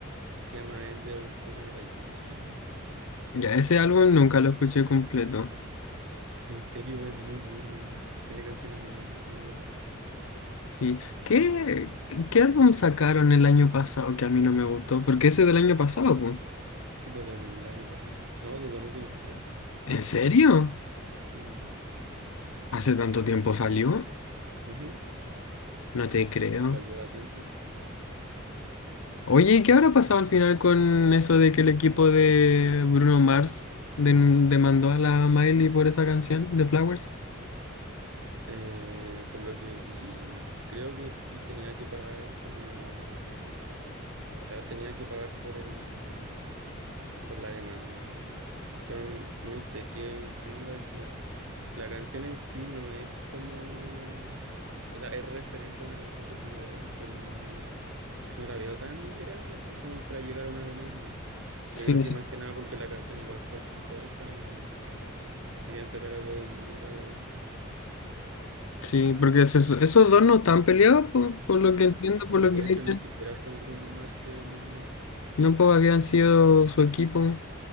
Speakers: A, on the right; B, on the left.
A: se llama Angel Summer Vacation.
B: Ya, ese álbum nunca lo escuché completo.
A: En serio, es muy bueno. Tiene canciones muy bonitas igual.
B: Sí. ¿Qué, qué álbum sacaron el año pasado que a mí no me gustó? Porque ese del año pasado, po.
A: Sí, pues del año pasado. No, de dos mil veintitrés
B: ¿En serio?
A: Sí.
B: ¿Hace tanto tiempo salió?
A: Ujú.
B: No te creo.
A: Sí, igual lleva tiempo.
B: Oye, ¿qué habrá pasado al final con eso de que el equipo de Bruno Mars den- demandó a la Miley por esa canción de Flowers?
A: Eh, por lo que vi, creo que sí tenía que pagar como, o sea, tenía que pagar por el, por la demanda. Pero n- no sé qué, qué onda, es que la canción en sí no es como, o sea, es referente a una canción que tuvo él, pero no es, no la veo tan grave así como para llegar a una demanda.
B: Sí,
A: Yo creo que
B: sí.
A: más que nada porque la canción igual fue exitosa y querían sacar algo de dinero de ahí.
B: Sí, porque es eso- esos dos no están peleados, po, por lo
A: No,
B: que entiendo,
A: pues,
B: por
A: y
B: lo
A: de
B: que dicen.
A: hecho ni siquiera fue el Bruno Mars que demandó.
B: No, pues habían sido su equipo.